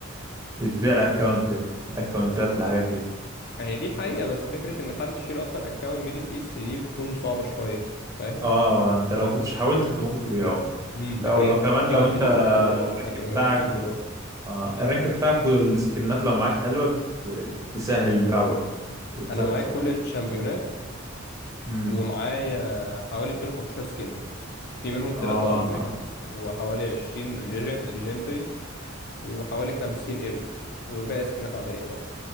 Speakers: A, on the right; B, on the left.
A: بتبيع الاكونت ده الاكونتات والحاجات دي
B: ما هي دي حقيقة بس فكرة إن حد يشيل أصلا أكونت ميدل إيست دي بتكون صعبة شوية فاهم؟
A: اه انت لو كنتش حاولت كنت ممكن تبيعه
B: امم دي
A: او
B: حقيقة
A: لو كمان
B: كنت ممكن
A: لو
B: أعدي
A: انت
B: ال 100 دولار
A: الرانك
B: ولا حاجة ولا 150
A: بتاعك
B: دولار
A: اه الرانك بتاعك والسكنات لو معاك حلوة ت- تسهل البيع برضه وتزود
B: أنا معايا
A: سعرك
B: كل الشامبيونات
A: امم
B: ومعايا حوالي 215 سكين في منهم
A: اه
B: ثلاثة ألتيميت وحوالي 20 ليجندري وحوالي 50 إيبك والباقي سكنات عادية بقى